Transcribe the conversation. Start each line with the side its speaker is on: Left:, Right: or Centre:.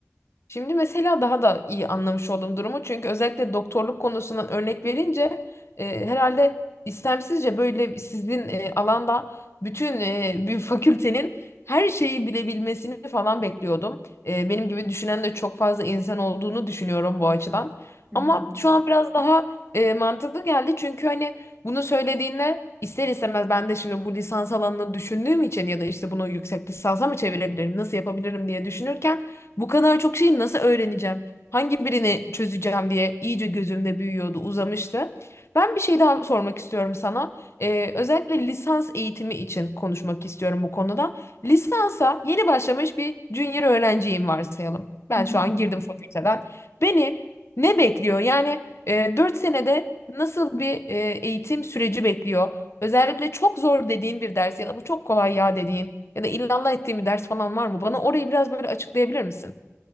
Left: Şimdi mesela daha da iyi anlamış oldum durumu. Çünkü özellikle doktorluk konusundan örnek verince e, herhalde istemsizce böyle sizin e, alanda bütün e, <laughs> bir fakültenin her şeyi bilebilmesini falan bekliyordum. E, benim gibi düşünen de çok fazla insan olduğunu düşünüyorum bu açıdan.
Right: Hı
Left: Ama
Right: hı.
Left: şu an biraz daha e, mantıklı geldi. Çünkü hani bunu söylediğinde ister istemez ben de şimdi bu lisans alanını düşündüğüm için ya da işte bunu yüksek lisansa mı çevirebilirim, nasıl yapabilirim diye düşünürken bu kadar çok şeyi nasıl öğreneceğim? Hangi birini çözeceğim diye iyice gözümde büyüyordu, uzamıştı. Ben bir şey daha sormak istiyorum sana. Ee, özellikle lisans eğitimi için konuşmak istiyorum bu konuda. Lisansa yeni başlamış bir junior öğrenciyim varsayalım. Ben
Right: Hı hı.
Left: şu an girdim fakülteden. Beni ne bekliyor? Yani e, 4 senede nasıl bir e, eğitim süreci bekliyor? Özellikle çok zor dediğin bir ders ya da bu çok kolay ya dediğin ya da illallah ettiğin bir ders falan var mı? Bana orayı biraz böyle açıklayabilir misin?